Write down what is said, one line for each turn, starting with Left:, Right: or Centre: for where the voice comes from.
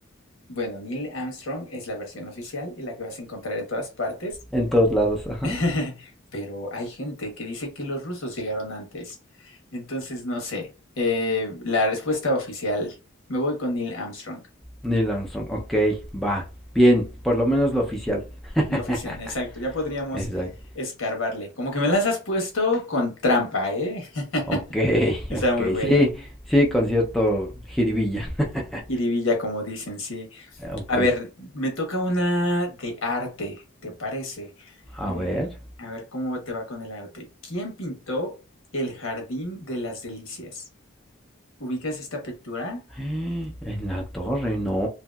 Left: bueno, Neil Armstrong es la versión oficial y la que vas a encontrar en todas partes,
Centre: en todos lados, ajá.
Left: <laughs> pero hay gente que dice que los rusos llegaron antes. Entonces, no sé. Eh, la respuesta oficial, me voy con Neil Armstrong.
Centre: Neil Armstrong, ok, va, bien, por lo menos lo oficial. <laughs>
Left: La oficial, exacto. Ya podríamos
Centre: Exacto.
Left: escarbarle. Como que me las has puesto con trampa, ¿eh? <laughs>
Centre: Ok, <laughs>
Left: Está
Centre: ok,
Left: muy buena.
Centre: sí, sí, concierto jiribilla. <laughs>
Left: Jiribilla, como dicen, sí.
Centre: Ok,
Left: A ver, me toca una de arte, ¿te parece?
Centre: a
Left: Eh,
Centre: ver.
Left: a ver cómo te va con el arte. ¿Quién pintó el Jardín de las Delicias? ¿Ubicas esta pintura?
Centre: <gasps> En la torre, no,